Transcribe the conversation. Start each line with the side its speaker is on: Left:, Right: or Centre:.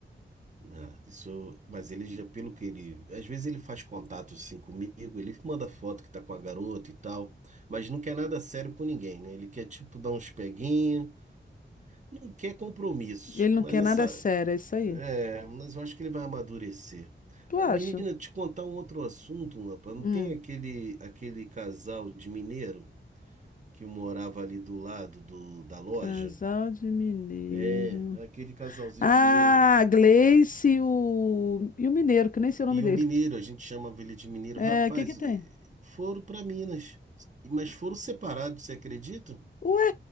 Right: Ah, isso, mas ele já, pelo que ele, às vezes ele faz contato assim comigo, ele manda foto que tá com a garota e tal, mas não quer nada sério com ninguém, né? Ele quer tipo dar uns peguinhos, não quer compromisso,
Left: Ele não
Right: mas
Left: quer
Right: essa,
Left: nada sério, é isso aí.
Right: é, mas eu acho que ele vai amadurecer.
Left: Tu
Right: Ah,
Left: acha?
Right: Menina, te contar um outro assunto, rapaz, não
Left: Hum.
Right: tem aquele aquele casal de mineiro que morava ali do lado do, da loja.
Left: Casal de mineiro.
Right: É, aquele casalzinho
Left: Ah,
Right: de mineiro.
Left: Gleice e o... e o mineiro, que nem sei o nome
Right: E
Left: dele.
Right: o mineiro, a gente chamava ele de mineiro.
Left: É,
Right: Rapaz,
Left: o que que tem?
Right: eh, foram para Minas, mas foram separados, você acredita?
Left: Ué,